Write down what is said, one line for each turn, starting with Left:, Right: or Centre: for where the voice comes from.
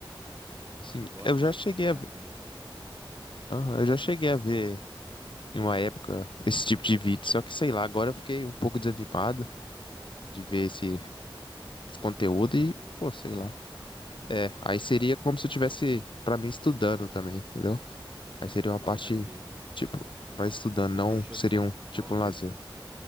Right: não
Left: Sim,
Right: gosta
Left: eu já
Right: de acompanhar
Left: cheguei a ver,
Right: assim no YouTube?
Left: Aham, eu já cheguei a ver em uma época esse tipo de vídeo, só que sei lá, agora eu fiquei um pouco desanimado. de ver esse,
Right: Hum,
Left: esse conteúdo
Right: conteúdo.
Left: e, pô, sei lá. É, aí seria como se eu tivesse, pra mim, estudando também, entendeu? Aí seria uma parte,
Right: Saquei.
Left: tipo, vai estudando, não
Right: Deixou
Left: seria
Right: de ser um
Left: um,
Right: hobby
Left: tipo, um lazer.
Right: ali, né?